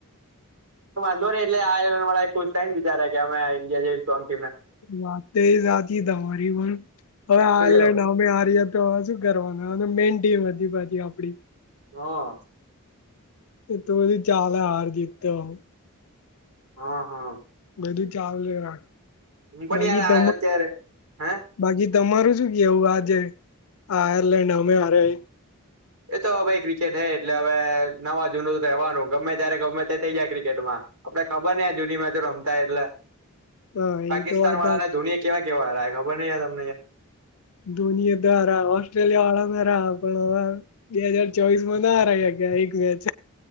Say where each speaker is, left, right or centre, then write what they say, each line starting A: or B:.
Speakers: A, on the right (about 85°); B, on the left (about 70°).
A: વાંધો નહી એટલે ખુશ થાય ને વિચારે કે અમે ઇન્ડિયા
B: વાતતે જતી દવારી પણ હવે આયલેન્ડ
A: શું કેવું
B: અમે હએ તોવે શું કરવાનું મેન ટીમ હતી પછી આપડી
A: <inaudible>
B: એ તો બધી ચાલ હ હ જીતતે હો
A: <inaudible>
B: બધું ચાવ લે રાખ
A: પણ
B: બાકી
A: યાર આ
B: ત
A: અત્યારે હે
B: બાકી તમારું શું કેવું આજે આયર્લેન્ડ અમે હરે.
A: એ તો ભાઈ ક્રિકેટ હ એટલે હવે નવા જૂનું રહેવાનું ગમે ત્યારે ગમે તે થઈ જાય ક્રિકેટમાં. આપડે ખબર નઈ આ જની મેચો રમતા એટલે.
B: હા
A: પાકિસ્તાન
B: એ તો વાત
A: વાળા ના દુનિયા કેવા કેવા ખબર નહ તને.
B: ધોનિયા દ્વારા ઓસ્ટ્રેલિયા વાળમેરા પણ હ બે હાજર ચોવીસ માં ના હ્યા કે એક મેચ.